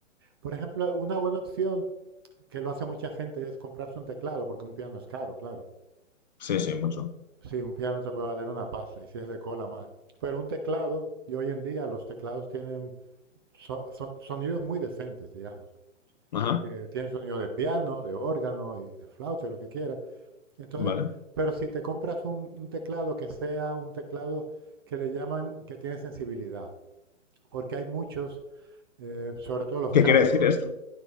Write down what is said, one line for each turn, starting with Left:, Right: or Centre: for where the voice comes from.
Right: por ejemplo, una buena opción que lo hace mucha gente es comprarse un teclado, porque un piano es caro, claro.
Left: Sí, sí, mucho.
Right: Sí, un piano te puede valer una pasta y si es de cola más. Pero un teclado, y hoy en día los teclados tienen so- son- sonidos muy decentes, digamos.
Left: Ajá.
Right: que tienen sonido de piano, de órgano y de flauta, lo que quieras. Entonces,
Left: Vale.
Right: pero si te compras un, un teclado que sea un teclado que le llaman que tiene sensibilidad, porque hay muchos, eh, sobre todo los
Left: ¿Qué
Right: Casio,
Left: quiere decir esto?